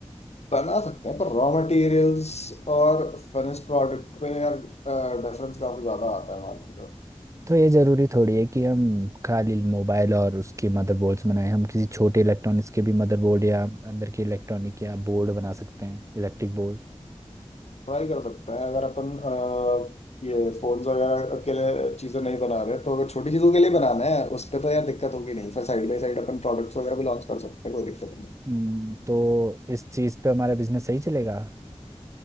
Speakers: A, on the left; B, on the right.
A: बना सकते हैं पर रॉ मटेरियल्स और फिनिश प्रोडक्ट में यार डिफरेंस काफी ज्यादा आता है मार्केट में
B: तो ये ज़रूरी थोड़ी है कि हम खाली मोबाइल और उसके मदरबोर्ड्स बनाएं हम किसी छोटे इलेक्ट्रॉनिक्स के भी मदरबोर्ड या अंदर के इलेक्ट्रॉनिक या बोर्ड बना सकते हैं इलेक्ट्रिक बोर्ड
A: ट्राई कर सकते हैं अगर अपन अ, ये फोन्स वगैरह के लिए चीजें नहीं बना रहे तो अगर छोटी चीजों के लिए बनाना है उस पे तो यार दिक्कत होगी नहीं फिर साइड बाई साइड अपन प्रोडक्ट्स वगैरह भी लॉन्च कर सकते हैं कोई दिक्कत नहीं
B: हम्म, तो इस चीज़ पे हमारा बिजनेस सही चलेगा